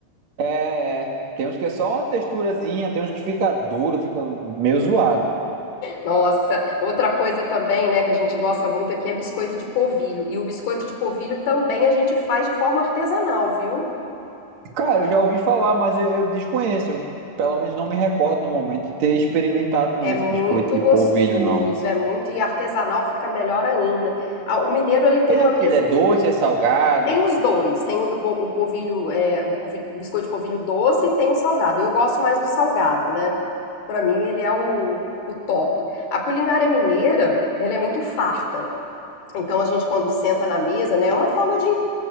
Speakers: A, on the right; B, on the left.
A: É, é. Tem uns que é só uma texturazinha, tem uns que fica duro, fica meio zoado.
B: Nossa, outra coisa também, né, que a gente gosta muito aqui é biscoito de polvilho. E o biscoito de polvilho também a gente faz de forma artesanal, viu?
A: Cara, eu já ouvi falar, mas eu, eu desconheço. Eu, pelo menos não me recordo no momento de ter experimentado não
B: É
A: esse
B: muito
A: biscoito de
B: gostoso,
A: polvilho, não.
B: é muito, e artesanal fica melhor ainda. Ah, O mineiro, ele tem
A: Ele
B: uma
A: é o que
B: mesa,
A: Ele é doce, é salgado?
B: tem os dois, tem o, bo- o polvilho, é, o polvilho- o biscoito de polvilho doce e tem o salgado. Eu gosto mais do salgado, né? Pra mim, ele é o, o top. A culinária mineira, ela é muito farta. Então a gente quando senta na mesa, né, é uma forma de,